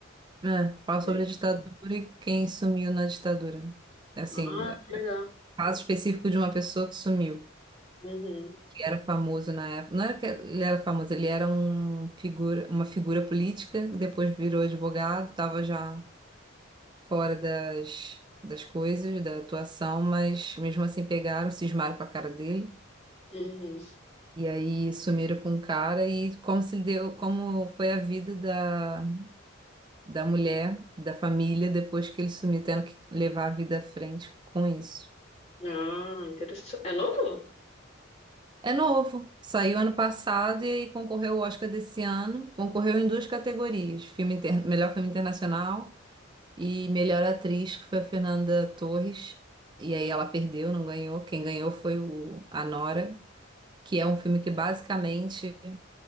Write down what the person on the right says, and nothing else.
É, fala
sobre a ditadura e quem sumiu na ditadura. Assim,
caso específico de uma pessoa que sumiu,
que era famoso na época. Não era que ele era famoso, ele era um figura, uma figura política, que depois virou advogado, estava já fora das, das coisas, da atuação, mas mesmo assim pegaram, cismaram com a cara dele.
E aí sumiram com o cara e como se deu, como foi a vida da, da mulher, da família, depois que ele sumiu, tendo que levar a vida à frente com isso.
É novo, saiu ano passado e aí concorreu ao Oscar desse ano. Concorreu em duas categorias: filme inter- melhor filme internacional e melhor atriz, que foi a Fernanda Torres. E aí ela perdeu, não ganhou. Quem ganhou foi o A Nora, que é um filme que basicamente